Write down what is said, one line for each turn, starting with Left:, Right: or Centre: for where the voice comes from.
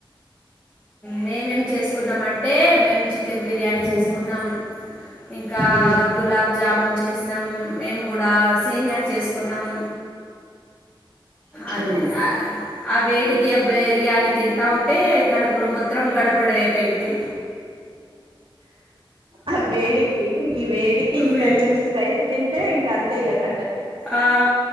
Left: మేమేం చేసుకున్నామంటే మేము చికెన్ బిర్యానీ
Right: ఉమ్
Left: చేసుకున్నాం ఇంకా
Right: ఉమ్
Left: గులాబ్ జామున్ చేసినమ్ మేముకూడ సేమియా చేసు నం అరే
Right: ఉమ్
Left: ఆ ఆ వేడికి బిర్యానీ తింటా ఉంటే కడుపులో మొత్తం గడబిడ అయిపోయింది
Right: ఆ వేడికి ఈ వేడికి ఇంకొంచెం
Left: వేడి
Right: స్పైసీ తింటే ఇంకా అంతే గా సంగతి
Left: ఆ,